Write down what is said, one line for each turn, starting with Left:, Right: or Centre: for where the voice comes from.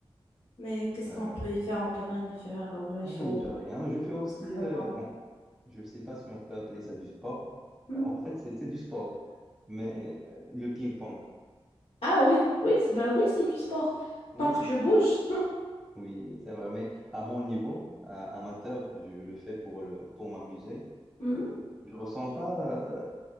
Left: Mais qu'est-ce
Centre: euh,
Left: qu'on peut y faire? On peut rien y faire. euh, ben, il
Centre: Oh,
Left: faut,
Centre: On n'y peut rien. Je fais aussi,
Left: exactement.
Centre: euh, bon, je ne sais pas si on peut appeler ça du sport.
Left: Mhm.
Centre: En fait, c'est c'est du sport, mais euh, le ping-pong.
Left: Ah oui, oui, c'est- ben oui, c'est du sport.
Centre: Oui,
Left: Tant que
Centre: c'est-
Left: tu bouges. <laughs>
Centre: oui, c'est vrai. Mais à mon niveau, à- amateur, je le fais pour le, pour m'amuser.
Left: Mhm.
Centre: Euh, je ressens pas, euh,